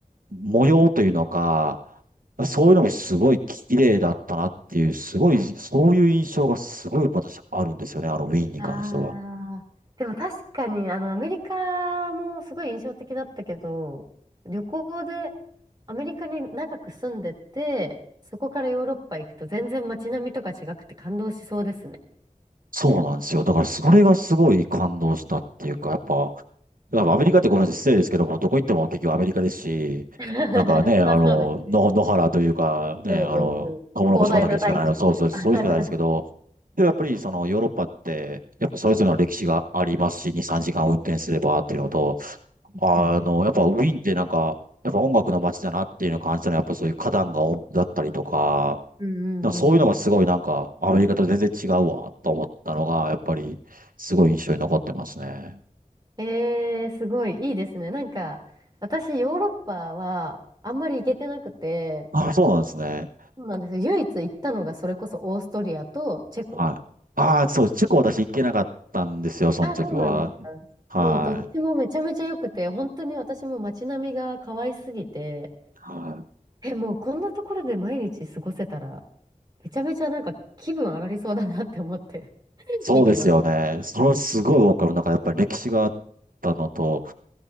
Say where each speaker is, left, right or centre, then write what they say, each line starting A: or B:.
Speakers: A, on the right; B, on the right.
A: 模様というのか、そういうのもすごい綺麗だったなっていう、すごい、そういう印象がすごい私あるんですよね、あのウィーンに関しては。
B: ああ、でも確かに、あの、アメリカもすごい印象的だったけど、旅行でアメリカに長く住んでて、そこからヨーロッパ行くと全然街並みとか違くて感動しそうですね。
A: そうなんですよ。だからそれがすごい感動したっていうか、やっぱ、やっぱアメリカってごめんなさい、失礼ですけども、どこ行っても結局アメリカですし、
B: <laughs>
A: なんかね、あの、
B: あ、そうですね。
A: の野原というか、ね、
B: うんうんうん。
A: あの、トウモロコシ畑しかないの、
B: 広大な大地みたいな。
A: そうそう、そうしかないですけど、
B: <laughs> 確
A: でもやっぱりそのヨーロッパって、やっぱそれぞれの歴史がありますし、2、3時間運転すればっていうのと、あの、
B: かに確かに。
A: やっぱウィーンってなんか、やっぱ音楽の街だなっていうのを感じたのは、やっぱそういう花壇が多だったりとか、
B: うんうんうんうん。
A: なんかそういうのがすごいなんか、アメリカと全然違うわ、と思ったのが、やっぱり、すごい印象に残ってますね。
B: えー、すごいいいですね。なんか、私、ヨーロッパはあんまり行けてなくて、
A: あ、そうなんですね。
B: そうなんですよ。唯一行ったのがそれこそオーストリアとチェコ。
A: はい。ああ、そう、チェコ私行けなかったんですよ、その時は。
B: あ、そうなんですか。
A: はい。
B: もうどっちもめちゃめちゃ良くて、本当に私も街並みが可愛すぎて、
A: はい。
B: え、もうこんなところで毎日過ごせたら、めちゃめちゃなんか気分上がりそうだなって思って <laughs>
A: そうですよね。
B: 見てます。
A: それはすごいわかる。なんかやっぱり歴史があったのと、